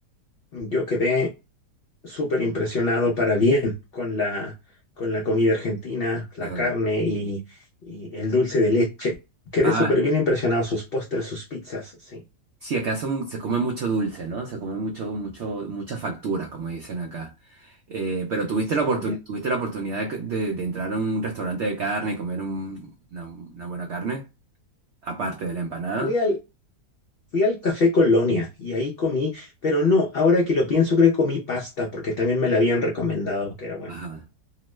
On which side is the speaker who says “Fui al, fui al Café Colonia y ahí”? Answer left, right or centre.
Left